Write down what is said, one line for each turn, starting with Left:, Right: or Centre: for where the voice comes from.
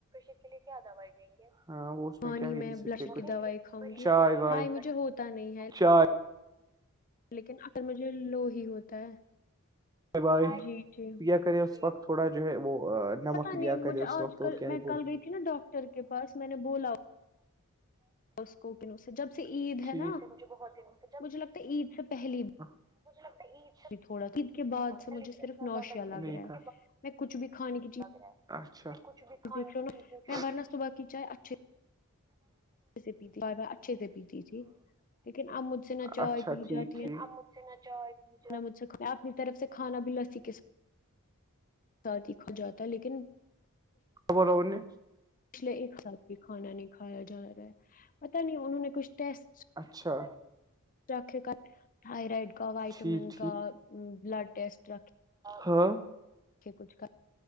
Right: اس کے لیے کیا دوائی دیں گے ہاں وہ اس
Left: پانی
Right: میں کیا ہی دے سکتے
Left: بلشر
Right: کچھ
Left: کی دوائی کھاؤں گی
Right: چائے وائے
Left: ہائی مجھے ہوتا نہیں ہے
Right: چائے
Left: لیکن اگر مجھے لو ہی ہوتا ہے
Right: بائے بائے کیا
Left: جی جی
Right: کرے اس وقت تھوڑا جو ہے وہ نمک
Left: پتا
Right: لیا
Left: نہیں
Right: کرے
Left: مجھے
Right: اس
Left: آج
Right: وقت اور
Left: کل
Right: کیا
Left: میں
Right: ہی
Left: کل گئی تھی نا ڈاکٹر کے پاس میں نے بولا اس کو جب سے عید
Right: جیسے
Left: ہے نا
Right: <inaudible>
Left: مجھے لگتا ہے عید سے پہلی
Right: مجھے لگتا عید
Left: تھوڑا دن کے بعد
Right: بعد
Left: سے مجھے صرف نوشیا
Right: میں
Left: رہا ہے
Right: صرف مجھے متلی لگ
Left: میں کچھ بھی کھانے کی
Right: رہی ہے کچھ بھی
Left: چیز
Right: کھانے
Left: دیکھ
Right: پر
Left: رہا ہوں نا میں ورنہ صبح کی چائے اچھے سے پیتی میں اچھے سے پیتی تھی لیکن اب مجھ سے نہ
Right: پیتی
Left: چائے پی جاتی ہے
Right: <unintelligible>
Left: نہ مجھ سے کھایا اپنی طرف سے کھانا بھی لسی کے ساتھ ساتھ ہی کھا جاتا ہے لیکن
Right: خبر ہونے
Left: پچھلے ایک سال بھی کھانا نہیں کھایا جا رہا ہے پت نہیں انہوں نے کچھ ٹیسٹ
Right: اچھا
Left: رکھے کیا تھائرائڈ کا وائٹامن
Right: ٹھیک
Left: کا بلڈ ٹیسٹ رکھے
Right: ہاں
Left: کچھ کا